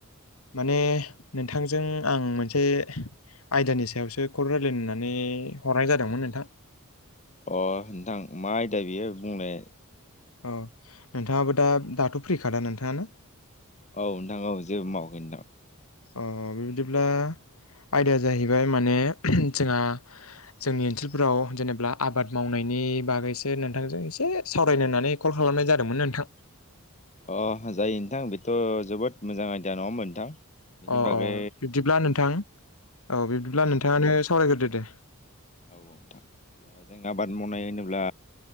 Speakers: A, on the left; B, on the left.
A: माने नोंथांजों आं मोनसे आयदानि सायावसो खर' रायलायनानै हरनाय जादोंमोन नोंथां।
B: अ नोंथां मा आयदा बेयो बुंनाय।
A: औ नोंथाङाबो दा दाथ' फ्रिखादा नोंथाङानो।
B: औ नोंथां औ जेबो मावाखै नोंथां
A: अ बिबायदिब्ला आयदाया जाहैबाय माने जोंहा जोंनि ओनसोलफोराव जेनेब्ला आबाद मावनायनि नि बागैसो नोंथांजों एसे सावरायनो होन्नानै कल खालामनाय जादोंमोन नोंथां।
B: अ जायो नोंथां बेथ' जोबोद मोजां आयदिया नङामोन नोंथां। बिनि
A: अ
B: बागै
A: अ बिब्दिब्ला नोंथां औ बिब्दिब्ला नोंथाङानो सावरायग्रोदो दे
B: औ औ नोंथां ज जों आबाद मावनाय होनोब्ला